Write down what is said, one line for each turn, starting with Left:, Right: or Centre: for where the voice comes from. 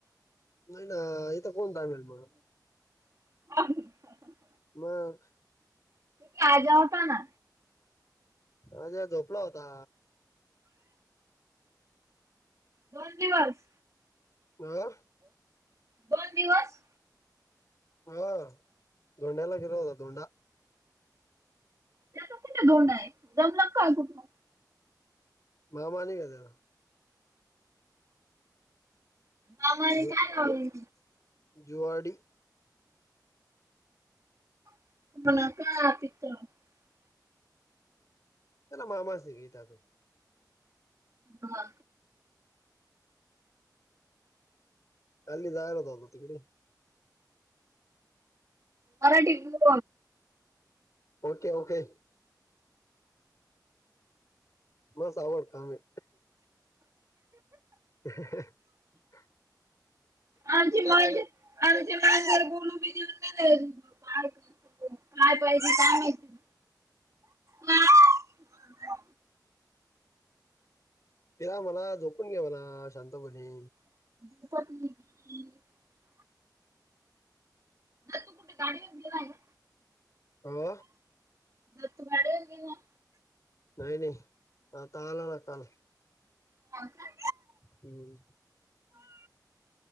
Left: नाही ना इथं कोण थांबेल मग.
Right: <unintelligible>
Left: मग.
Right: त आजा होता ना.
Left: आज्या झोपळा होता.
Right: दोन दिवस.
Left: आ!
Right: दोन दिवस.
Left: हा धोंड्याला गेला होता धोंडा.
Right: त्याचा कुठे धोंडा आहे जमला काय कुठला.
Left: मामा नाही का त्याचा.
Right: मामाने
Left: जीव
Right: काय लावले.
Left: जीवाडी
Right: <unintelligible>
Left: त्याला मामास गीता.
Right: हा
Left: काल निघायचा होता तिकडे.
Right: मराठी प
Left: ओके ओके. बस आवड कामे. ह
Right: आमची मा आमची मार गोलूीऊ. काय करत काय पाहिजे काय सांगायचं ना. हा.
Left: तेला मला झोपून घ्या म्हणा शांतपणे.
Right: <unintelligible> ना तू कुठे गाडीवरलेला आहे.
Left: हो.
Right: दत बढ होे ना.
Left: नाही नाही. ह काला म काल
Right: हाव का?
Left: हम्.